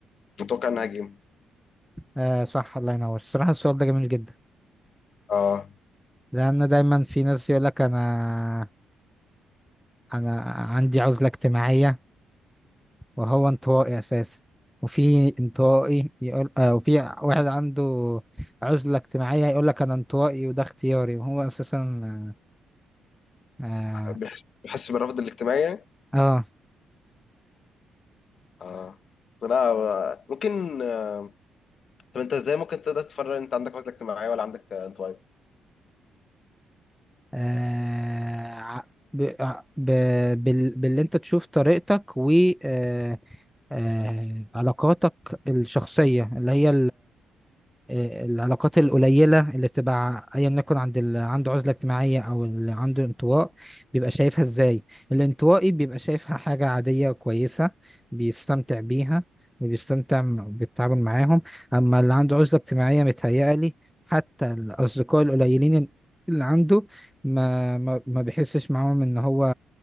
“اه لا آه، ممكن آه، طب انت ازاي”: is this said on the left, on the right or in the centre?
Left